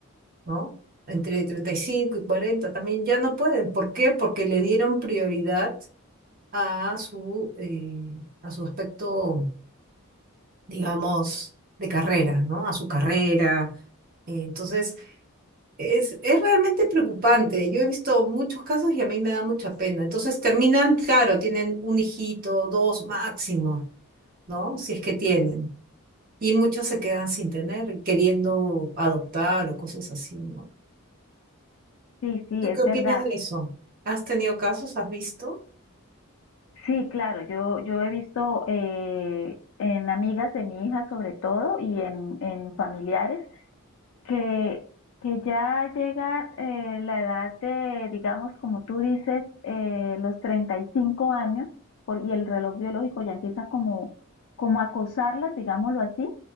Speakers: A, on the right (about 40°); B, on the left (about 60°).
A: ¿no? Entre treinta y cinco y cuarenta también ya no pueden. ¿Por qué? Porque le dieron prioridad a su, eh, a su aspecto digamos, de carrera, ¿no? A su carrera. Eh, Entonces, es, es realmente preocupante. Yo he visto muchos casos y a mí me da mucha pena. Entonces, terminan, claro, tienen un hijito, dos máximo, ¿no? Si es que tienen. Y muchos se quedan sin tener, y queriendo adoptar o cosas así, ¿no?
B: Sí, sí,
A: ¿Tú
B: es
A: qué opinas
B: verdad.
A: de eso? ¿Has tenido casos? ¿Has visto?
B: Sí, claro, yo, yo he visto eh, en amigas de mi hija sobre todo y en, en familiares que, que ya llega eh, la edad de, digamos, como tú dices, eh, los 35 años por- y el reloj biológico ya empieza como, como a acosarlas, digámoslo así,